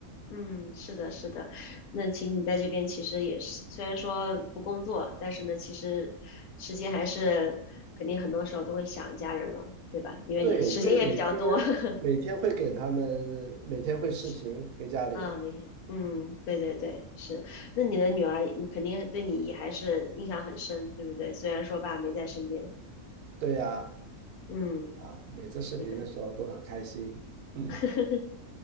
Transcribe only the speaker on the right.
对，所以每天
每天会给他们，每天会视频给家里。
对呀，
啊，每次视频的时候都很开心。
<clears throat>